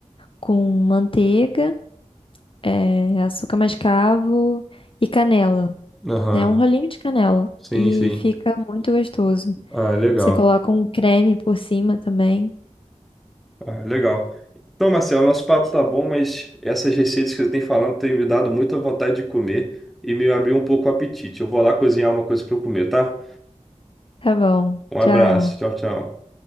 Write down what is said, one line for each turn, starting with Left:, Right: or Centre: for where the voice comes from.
Left: com manteiga, eh, açúcar mascavo e canela.
Centre: aham.
Left: É um rolinho de canela
Centre: Sim,
Left: e
Centre: sim.
Left: fica muito gostoso.
Centre: Ah, legal.
Left: Você coloca um creme por cima também.
Centre: Ah, legal. Então, Marcelo, nosso papo tá bom, mas essas receitas que você tem falando têm me dado muita vontade de comer e me abriu um pouco o apetite. Eu vou lá cozinhar uma coisa para eu comer, tá?
Left: Tá bom.
Centre: Um
Left: Tchau.
Centre: abraço. Tchau, tchau.